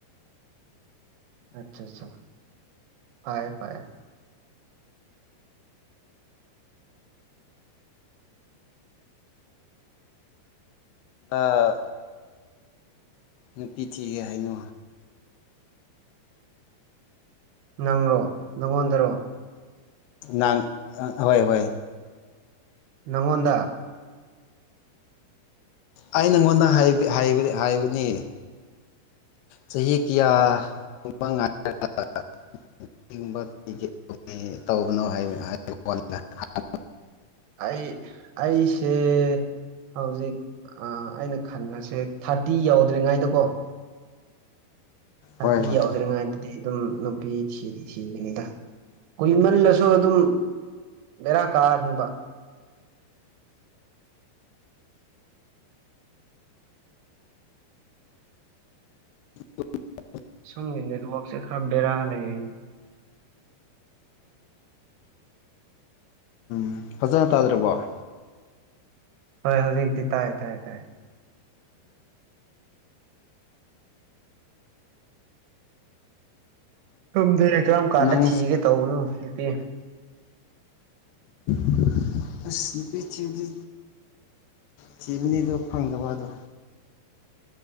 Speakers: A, on the right; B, on the left.
A: ꯑꯆꯥ ꯑꯆꯥ ꯐꯌꯦ ꯐꯌꯦ
B: ꯑꯥ ꯅꯨꯄꯤ ꯊꯤꯒꯦꯍꯩꯅꯨ
A: ꯅꯪꯔꯣ ꯅꯪꯉꯣꯟꯗꯔꯣ
B: ꯅꯥꯡ ꯍꯣꯏ ꯍꯣꯏ
A: ꯅꯪꯉꯣꯟꯗ
B: ꯑꯩꯅꯉꯣꯟꯗ ꯍꯥꯏꯕꯅꯤ ꯆꯥꯍꯤ‌ ꯀꯌꯥ <unintelligible> <unintelligible> ꯇꯧꯒꯅꯣ <unintelligible>
A: ꯑꯩ ꯑꯩꯁꯦ ꯍꯧꯖꯤꯛ ꯑꯩꯅ ꯈꯟꯕꯁꯦ ꯊꯥꯔꯇꯤ ꯌꯧꯗ꯭ꯔꯤꯉꯥꯏꯗꯀꯣ ꯆꯥꯛꯇ
B: ꯍꯣꯏ ꯍꯣꯏ
A: ꯌꯥꯎꯗ꯭ꯔꯤꯉꯥꯏꯗꯗꯤ ꯑꯗꯨꯝ ꯅꯨꯄꯤ ꯊꯤꯗꯤ ꯊꯤꯒꯅꯤꯗ ꯀꯨꯏꯃꯜꯂꯁꯨ ꯑꯗꯨꯝ ꯕꯦꯔꯥ ꯀꯥꯔꯅꯤꯕ
B: <inaudible>
A: ꯁꯣꯝꯒꯤ ꯅꯦꯠꯋꯔꯛꯁꯦ ꯈꯔ ꯕꯔꯥ ꯂꯩꫪꯦꯅꯦ
B: ꯎꯝ ꯐꯖꯅ ꯇꯥꯗ꯭ꯔꯕꫭ
A: ꯍꯣꯏ ꯍꯧꯖꯤꯛꯇꯤ ꯇꯥꯏ ꯇꯥꯏꯌꯦ ꯇꯥꯏ ꯈꯨꯝꯗ꯭ꯔꯦ ꯀꯔꯝ ꯀꯥꯟꯗ
B: ꯅꯪ
A: ꯊꯤꯒꯦ ꯇꯧꯕꯅꯣ ꯅꯨꯄꯤ
B: <inaudible> ꯑꯁ ꯅꯨꯄꯤ ꯊꯤꯕꯗꯤ‌ ꯊꯤꯕꯅꯤꯗꯣ ꯐꯪꯗꯕ ꯑꯗꯣ